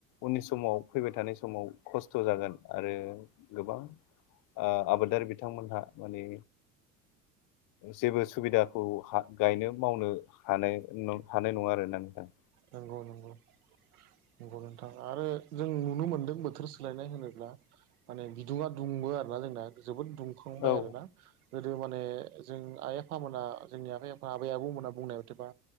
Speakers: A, on the left (about 50°); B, on the right (about 80°).
A: उननि समाव फैबाय थानाय समाव खस्थ' जागोन आरो गोबां ओ आबादारि बिथांमोनहा माने जेबो सुबिदाखौ हा गायनो मावनो हानाय हानाय नङा आरो ना नोंथां।
B: नंगौ नंगौ नोंगौ नोथां आरो जों नुनो मोन्दों बोथोर सोलायनाय होनोब्ला माने बिदुङा दुंबो आरो ना जोंना जोबोद दुंखांबाय
A: औ
B: आरोना। गोदो माने जों आइ आफामोना जोंनि आय आफा आबै आबौमोना बुंनाय मथेबा